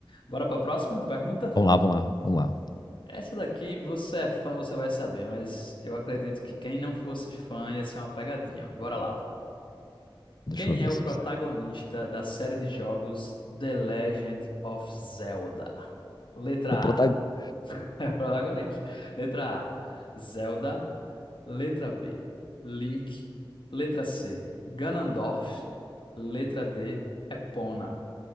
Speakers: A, on the left (about 65°); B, on the left (about 50°).
A: Bora pra próxima pergunta?
B: Vamos lá, vamos lá, vamos lá.
A: Essa daqui, você é fã, você vai saber, mas eu acredito que quem não fosse fã ia ser uma pegadinha. Mas bora lá.
B: Deixa
A: Quem
B: eu ver
A: é o
B: se
A: protagonista
B: eu sei.
A: da série de jogos The Legend of Zelda? Letra
B: O protagonista.
A: A. <laughs> É o protagonista. Letra A. Zelda. Letra B. Link. Letra C. Ganondorf. Letra D. Epona.